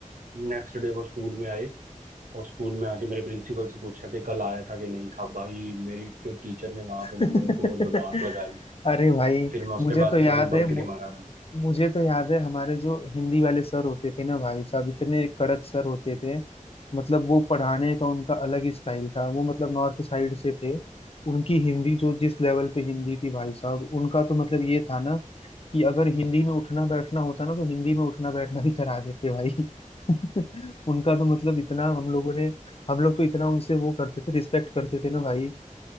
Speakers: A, on the right; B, on the left.
A: नेक्स्ट डे वो स्कूल में आए और स्कूल में आके मेरे प्रिंसिपल से पूछा कि कल आया था कि नहीं था भाई मेरी जो टीचर ने वहां
B: <laughs>
A: पे मतलब मेरे को वो जो डांट लगाई
B: अरे भाई
A: फिर मैं उसके
B: मुझे
A: बाद
B: तो याद
A: कभी
B: है
A: बंक
B: मु,
A: नहीं मारा मैंने
B: मुझे तो याद है हमारे जो हिंदी वाले सर होते थे ना भाई साहब इतने कड़क सर होते थे मतलब वो पढ़ाने का उनका अलग ही स्टाइल था वो मतलब नॉर्थ साइड से थे उनकी हिंदी जो जिस लेवल पे हिंदी थी भाई साहब उनका तो मतलब ये था ना कि अगर हिंदी में उठना बैठना होता ना तो हिंदी में उठना बैठना भी करा देते भाई <laughs> उनका तो मतलब इतना हम लोगों ने हम लोग तो इतना उनसे वो करते थे रिस्पेक्ट करते थे ना भाई।